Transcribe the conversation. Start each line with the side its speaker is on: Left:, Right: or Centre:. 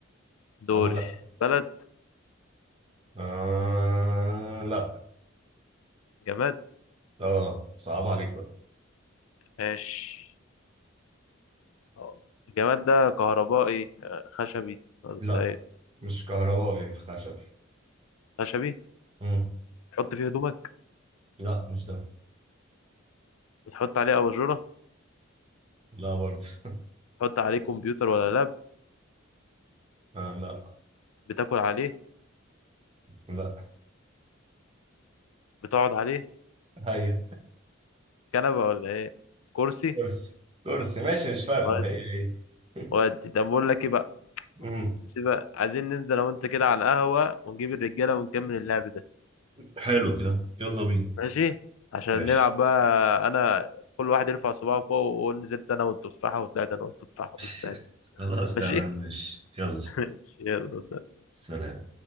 Left: دوري
Right: أنا لأ
Left: بلد
Right: آه لأ
Left: جماد
Right: آه صعب عليك بقى
Left: ماشي اه الجماد ده كهربائي آه، خشبي ولا
Right: لا
Left: ايه
Right: مش كهربائي خشبي
Left: خشبي
Right: مم.
Left: تحط فيه هدومك
Right: لا مش ده
Left: بتحط عليه اباجوره
Right: لا برضه <laughs>
Left: تحط عليه كمبيوتر ولا لاب
Right: آه لا
Left: بتاكل عليه
Right: لا
Left: بتقعد عليه
Right: هي
Left: كنبه ولا ايه كرسي
Right: كرسي كرسي ماشي مش فارقة
Left: ودي
Right: هي هي <laughs>
Left: ودي طب بقول لك ايه بقى
Right: مم.
Left: سيبك عايزين ننزل انا وانت كده على القهوه ونجيب الرجاله ونكمل اللعب ده
Right: حلو كده يلا بينا
Left: ماشي عشان
Right: ماشي
Left: نلعب بقى انا كل واحد يرفع صباعه فوق ويقول نزلت انا والتفاحه وطلعت انا والتفاحه
Right: <laughs>
Left: والسالب
Right: خلاص
Left: ماشي
Right: تمام ماشي يلا
Left: <laughs> ماشي يلا
Right: سلام